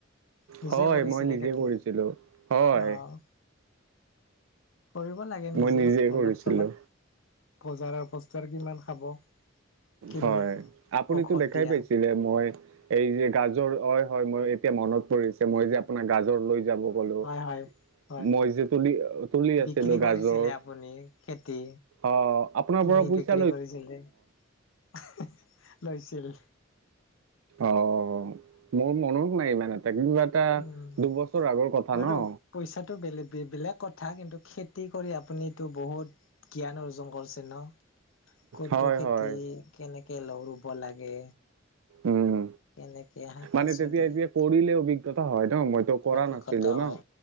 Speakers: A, on the left; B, on the right.
A: নিজে
B: হয়
A: কৰিছিলে
B: মই নিজে
A: খেতি
B: কৰিছিলো হয়
A: আহ কৰিব লাগে নিজে
B: মই
A: অলপ
B: কৰিছিলো
A: চলপ বজাৰৰ কিমান খাব কিমি
B: হয় আপুনিতো
A: ঔষধ
B: দেখাই
A: দিয়া
B: পাইছিলে মই এই যে গাজৰ হয় হয় মই এতিয়া মনত পৰিছে মই যে আপোনাৰ গাজৰ লৈ যাব গলো
A: হয় হয়
B: <inaudible>
A: হয়
B: মই যে তুলি তুলি আছিলো
A: বিক্ৰী কৰিছিলে
B: গাজৰ
A: আপুনি খেতি
B: অ আপোনাৰ
A: কিনি
B: বৰছে <inaudible>
A: বিক্ৰী কৰিছিল যে লৈছিল
B: অ মোৰ মন নাই ইমান এটা কিবা এটা
A: উম
B: দুবছৰ আগৰ কথা
A: বাৰু
B: ন
A: পইচাটো, বেলেগ বেলেগ কথা, কিন্তু, খে খেতি কৰি, আপুনিতো, বহুত জ্ঞান অৰ্জন কৰিছে, ন? কোনটো
B: হয়
A: খেতি,
B: হয়
A: কেনেকে ৰুব লাগে।
B: উম
A: কেনেকে? শাক
B: মানে,
A: পাচলি
B: তেতিয়া, এতিয়া কৰিলে, অভিজ্ঞতা হয়, ন। মইতো, কৰা
A: অভিজ্ঞতা
B: নাছিলোঁ, ন।
A: হয়